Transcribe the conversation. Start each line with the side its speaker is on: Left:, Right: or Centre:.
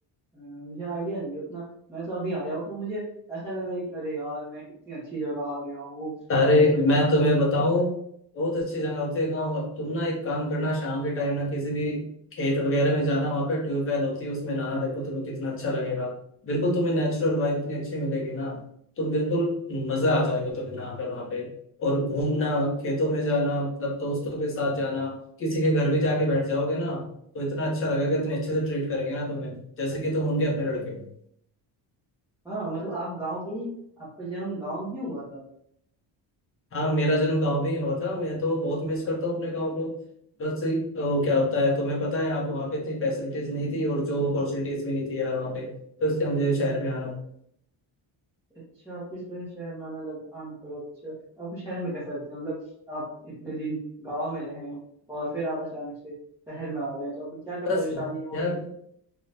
Centre: अ, मुझे आइडिया नहीं है उतना मैं तो अभी आया हूँ तो मुझे ऐसा लग रहा है कि अरे यार मैं कितनी अच्छी जगह आ गया हूँ
Left: अरे
Centre: मैं तो यार
Left: मैं तुम्हें बताऊं बहुत अच्छी जगह होती है गाँव अब तुम ना एक काम करना शाम के टाइम ना किसी भी खेत वगैरह में जाना वहां पे ट्यूबवेल होती है उसमें नहाना देखो तुम्हें कितना अच्छा लगेगा बिल्कुल तुम्हें नेचुरल वाइब इतनी अच्छी मिलेगी ना तुम बिल्कुल मजा आ जाएगा तुम्हें नहा कर वहां पे और घूमना खेतों में जाना मतलब दोस्तों के साथ जाना किसी के घर भी जाके बैठ जाओगे ना तो इतना अच्छा लगेगा इतने अच्छे से ट्रीट करेंगे ना तुम्हें जैसे कि तुम उनके अपने लड़के हो
Centre: हाँ मतलब आप गांव के ही आपका जन्म गांव में ही हुआ था
Left: हाँ मेरा जन्म गांव में ही हुआ था मैं तो बहुत मिस करता हूँ अपने गांव को बस अ, क्या होता है तुम्हें पता है आप वहाँ पे इतनी फैसिलिटीज नहीं थी और जॉब अपॉर्चुनिटीज भी नहीं थी यार वहाँ पे तो इसलिए मुझे शहर में आना पड़ा
Centre: अच्छा आपको इस वजह से शहर में आना लगा आना पड़ा अच्छा तो आपको शहर में कैसा लगता है मतलब आप इतने दिन गाँव में रहे और फिर आप अचानक से शहर में आ रहे हैं तो आपको क्या क्या
Left: बस
Centre: परेशानियां हुई
Left: यार